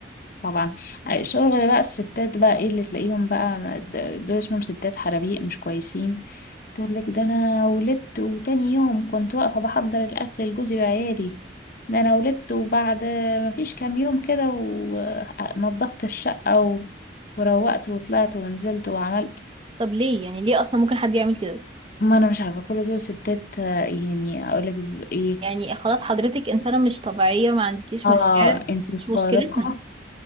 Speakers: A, on the left; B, on the right.
A: طبعا الشغل بقى الستات بقى ايه اللي تلاقيهم بقى د- دول اسمهم ستات حرابيق مش كويسين تقول لك ده انا ولدت وتاني يوم كنت واقفة بحضر الاكل لجوزي وعيالي ده انا ولدت وبعد ما فيش كام يوم كده ونظفت الشقة و... وروقت وطلعت ونزلت وعملت
B: طب ليه يعني ليه اصلا ممكن حد يعمل كده
A: ما انا مش عارفة كل دول ستات آه، يعني اقول لك ايه
B: يعني خلاص حضرتك انسانه مش طبيعيه ما عندكيش
A: اه
B: مشاعر
A: انتي
B: مش
A: خارقة
B: مشكلتنا